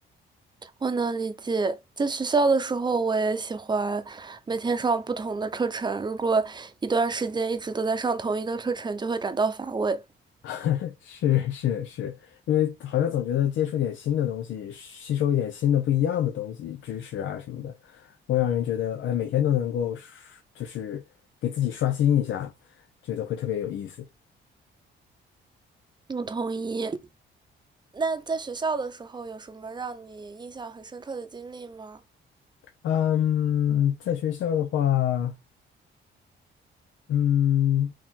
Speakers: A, on the right (about 20°); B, on the left (about 75°).
A: 我能理解，在学校的时候，我也喜欢每天上不同的课程。如果一段时间一直都在上同一个课程，就会感到乏味。
B: <laughs> 是是是，因为好像总觉得接触点新的东西，吸收一点新的不一样的东西、知识啊什么的，会让人觉得，哎，每天都能够刷就是给自己刷新一下，觉得会特别有意思。
A: 我同意。那在学校的时候，有什么让你印象很深刻的经历吗？
B: 嗯，在学校的话，嗯。